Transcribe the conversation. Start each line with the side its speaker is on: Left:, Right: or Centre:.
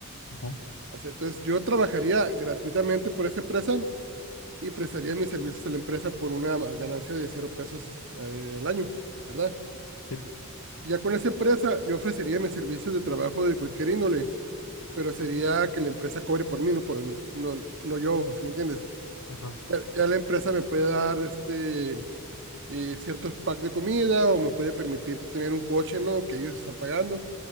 Left: ujú,
Right: O entonces, yo trabajaría gratuitamente por esa empresa y prestaría mis servicios a la empresa por una ganancia de cero pesos eh, al año, ¿verdad?
Left: sí,
Right: Y ya con esa empresa, yo ofrecería mis servicios de trabajo de cualquier índole, pero sería que la empresa cobre por mí, no, no, no yo, ¿sí me entiendes?
Left: Ajá.
Right: Ya, ya la empresa me puede dar este, eh, ciertos packs de comida o me puede permitir tener un coche, ¿no? Que ellos están pagando,